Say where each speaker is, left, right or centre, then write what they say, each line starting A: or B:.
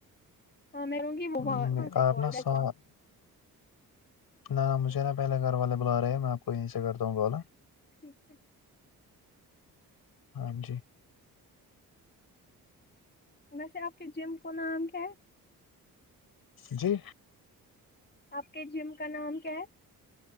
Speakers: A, on the left (about 25°); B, on the left (about 65°).
A: ہاں میں کہوں گی وہ
B: م-
A: وہاں سے
B: آپ
A: کال
B: نا
A: رہ
B: سو
A: کال
B: نہ نہ مجھے نا پہلے گھر والے بلا رہے میں آپ کوئی یہی سے کرتا ہوں کال
A: ٹھیک ہے
B: ہاں جی
A: ویسے آپ کے جم کو نام کیا ہے
B: جی
A: آپ کے جم کا نام کیا ہے